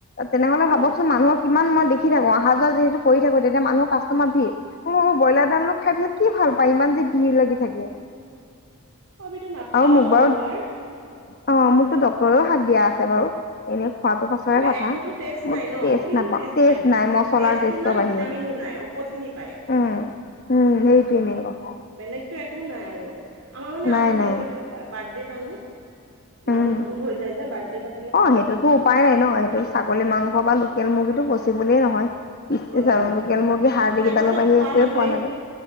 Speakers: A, on the left; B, on the right.
A: তেনেহ'লে
B: অ
A: ভাবকচোন মানুহক কিমান মই দেখি থাকো অহা যোৱা যিহেতু কৰি থাকো তেতিয়া মানুহ কাষ্টমাৰ ভিৰ অ অ ব্ৰইলাৰ ডালো খাই পেলাই কি ভাল পায় ইমান যে ভিৰ লাগি থাকে
B: আমিতো নাখাও
A: আৰু মোক বাৰু
B: ব্ৰইলাৰ
A: অ মোকতো ডক্টৰেও শাক দিয়া আছে বাৰু এনে খোৱাটো পাছৰে
B: আকৌ
A: কথা
B: একোতো টেষ্ট
A: মই
B: নাই ন
A: টেষ্ট
B: কিনো
A: নাপাওঁ
B: টেষ্ট পায় সেইটোৰ
A: নাই মছলাৰ
B: টেষ্টো
A: টেষ্টৰ
B: নাই
A: বাহিৰে
B: ভিটামিনো নাই ঔষধখিনি পায়
A: উম উম সেইটোৱে মেইন কথা
B: বেলেগতো একো নাই আৰু আমাৰ মানে
A: নাই,
B: আনো
A: নাই,
B: সেই কেতিয়াবা বাৰ্থডেত আনো
A: উম।
B: মানুহ বহুত হৈ যায় যে বাৰ্থডে পা
A: অ সেইটোতো উপায় নাই ন সেইটো ছাগলী মাংস বা লোকেল মুৰ্গীটো পচিবোলে বুলি নহয় পিছ চেইছ
B: অ
A: <unintelligible> লোকেল মুৰ্গী হাড়ি
B: মানে
A: কিডালৰ
B: আকৌ চব
A: বাহিৰে
B: খোৱা
A: একোৱে
B: মানুহেই
A: পোৱা নাযায়